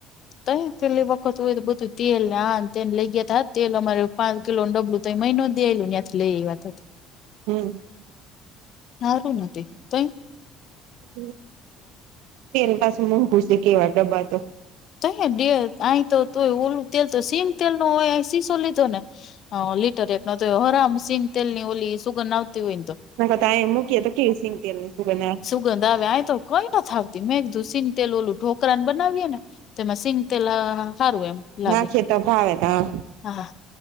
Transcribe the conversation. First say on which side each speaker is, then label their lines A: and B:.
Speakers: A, on the left; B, on the right.
A: ત પહેલી વખત હોય તો બધું તેલ ને આ તેને લઈ ગયા ત તેલ અમારે પાંચ કિલો ડબલું. તો મહિનો દેલ ત્યાંથી લઈ એ વાત.
B: હમ્મ.
A: સારું નથી કઈ
B: <unintelligible> તેની પાસે મોંઘુ છે કેવા ડબ્બા તો
A: ત અહી તો તું ઓલું તેલ તો સિંગ તેલ નો હોય સીસો લીધો ને. હા લીટર એક ન તો હરામ સિંગ તેલ ની ઓલી સુગંધ ના આવતી હોય ને તો.
B: <unintelligible> કઈ મૂકીએ તો કી સિંગ તેલ ને શું બનાવા.
A: ગંધ આવે આ તો કઈ નથી આવતી મેં એક ધૂસીને તેલ ઓલું ઠોકરાને બનાવીએ ને તેમાં સિંગતેલા આ હારુ એમ લાગે
B: નાખીએ તો ભાવે તા
A: હા.